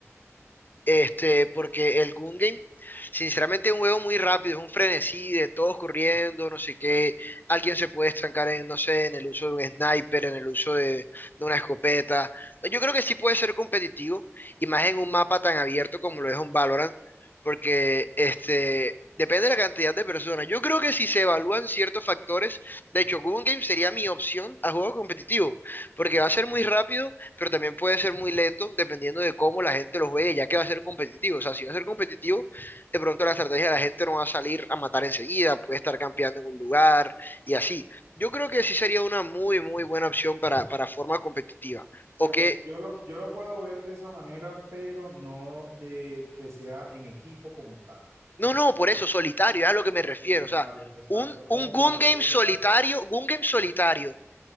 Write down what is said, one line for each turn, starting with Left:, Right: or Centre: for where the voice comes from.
Left: este, porque el Gun Game, sinceramente, es un juego muy rápido, es un frenesí de todos corriendo, no sé qué. Alguien se puede estancar en, no sé, en el uso de un sniper, en el uso de, de una escopeta. Yo creo que sí puede ser competitivo, y más en un mapa tan abierto como lo es un Valorant, porque este. Depende de la cantidad de personas. Yo creo que si se evalúan ciertos factores, de hecho, Gun Game sería mi opción a juego competitivo, porque va a ser muy rápido pero también puede ser muy lento dependiendo de cómo la gente los ve, ya que va a ser competitivo. O sea, si va a ser competitivo, de pronto la estrategia de la gente no va a salir a matar enseguida, puede estar campeando en un lugar y así. Yo creo que sí sería una muy, muy buena opción para, para forma competitiva. O
Right: Fíjate,
Left: que,
Right: yo lo, yo lo puedo ver de esa manera, pero no de que sea en equipo como tal.
Left: no, no, por eso, solitario, es a lo que me refiero.
Right: Solitario,
Left: O sea,
Right: exacto.
Left: un,
Right: Como
Left: un gun
Right: cuando
Left: game
Right: tú juegas,
Left: solitario, gun game solitario.